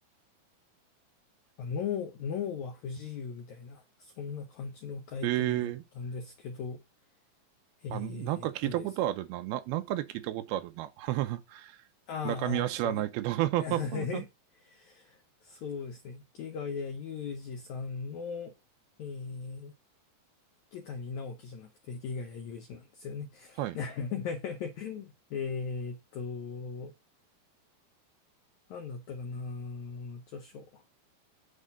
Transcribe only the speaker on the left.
脳、脳は不自由みたいな、そんな感じのタイトルだったんですけど、
えっとですね
あーあー、
遠い。
<laughs> そうですね。池谷裕二さんの、えー、池谷直樹じゃなくて池谷裕二なんですよね。
<laughs> えーっと、何だったかな、著書。